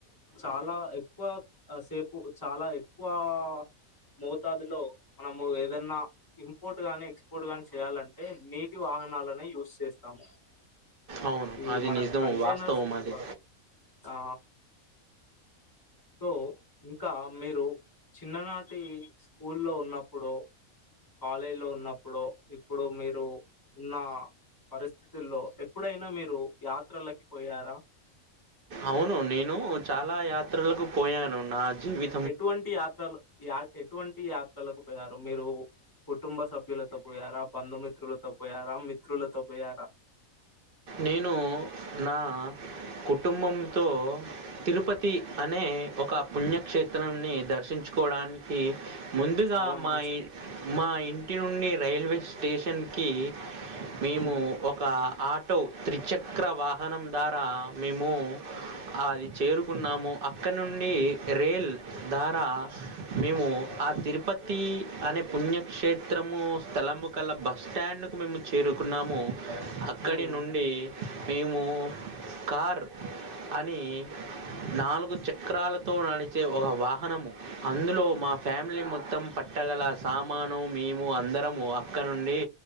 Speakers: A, on the left; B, on the right.
A: చాలా ఎక్కువ సేపు చాలా ఎక్కువా. మోతాదులో మనము ఏదన్నా. ఇంపోర్ట్ గాని ఎక్స్పోర్ట్ గానీ చేయాలంటే నీటి వాహనాలనే యూస్ చేస్తాము.
B: అవును
A: ఈ
B: అది
A: మన
B: నిజం
A: కంటైనర్స్
B: వాస్తవం అది.
A: ద్వారా ఆ సో ఇంకా మీరు చిన్ననాటి స్కూల్లో ఉన్నప్పుడు. కాలేజ్లో ఉన్నప్పుడో ఇప్పుడు మీరు ఉన్న. పరిస్థితుల్లో ఎప్పుడైనా మీరు యాత్రలకి పోయారా.
B: అవును నేను చాలా యాత్రలకు పోయాను నా జీవి.
A: ఎటువంటి యాత్రలు యా ఎటువంటి యాత్రలకు పోయారు మీరు. కుటుంబ సభ్యులతో పోయారా బంధుమిత్రులతో పోయారా మిత్రులతో పోయారా.
B: నేను నా కుటుంబంతో. తిరుపతి అనే ఒక పుణ్యక్షేత్రాన్ని దర్శించుకోడానికి. ముందుగా
A: చాలా మంచి
B: మా ఇ మా ఇంటి నుండి రైల్వే స్టేషన్కి. మేము
A: హ్మ్
B: ఒక ఆ. ఆటో త్రిచక్ర వాహనం ద్వారా మేము. అది చేరుకున్నాము అక్కడినుండి రైల్ ద్వారా. మేము ఆ తిరుపతి అనే పుణ్యక్షేత్రము స్థలము. కళ్ళా బస్ స్టాండ్కు మేము చేరుకున్నాము. అక్కడి
A: హ్మ్
B: నుండి మేము కార్. అని నాలుగు చక్రాలతో నడిచే ఒ వాహనము. అందులో మా ఫ్యామిలీ మొత్తం పట్టగల సామాను మేము అందరము అక్కడినుండి.